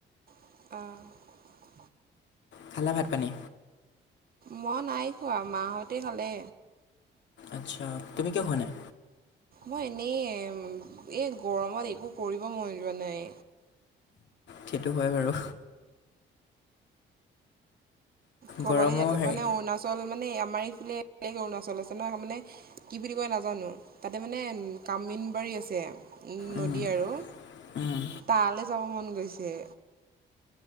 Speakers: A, on the right (about 50°); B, on the left (about 65°).
A: আহঁ
B: খালা ভাত পানী?
A: মই নাই খোৱা মাহঁতে খালে।
B: আচ্ছা তুমি কিয় খোৱা নাই?
A: মই এনেই এ গৰমত একো কৰিব মন যোৱা নাই।
B: সেইটো হয় বাৰু।
A: ক'বালে
B: গৰমৰ
A: ইয়াত
B: হেৰি
A: মানে অৰুণাচল মানে মানে আমাৰ এইফালে বেলেগ অৰুণাচল আছে নহ মানে কি বুলি কয় নাজানো তাতে মানে কাম ন বাৰী আছে
B: উম
A: নদী আৰু
B: উম
A: তালৈ যাব মন গৈছে